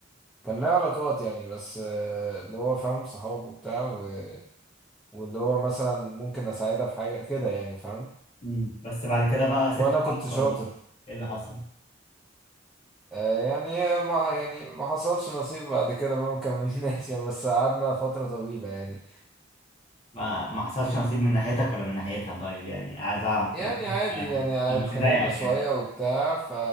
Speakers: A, in the centre; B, on the left.
A: كان ليا علاقات يعني بس اللي هو فاهم صحاب وبتاع و... واللي هو مثلا ممكن اساعدها في حاجة كده يعني فاهم
B: مم. بس بعد كده بقى سبت
A: وانا
B: اللعب
A: كنت شاطر
B: ولا ايه اللي حصل
A: آه، يعني ما يعني ما حصلش نصيب بعد كده بقى ما كملناش يعني بس قعدنا فترة طويلة يعني
B: ما ما حصلش نصيب من ناحيتك ولا من ناحيتها طيب يعني عايز اعرف
A: يعني
B: انا
A: عادي يعني اتخانقنا
B: مش هضايقك
A: شوية
B: يعني
A: وبتاع ف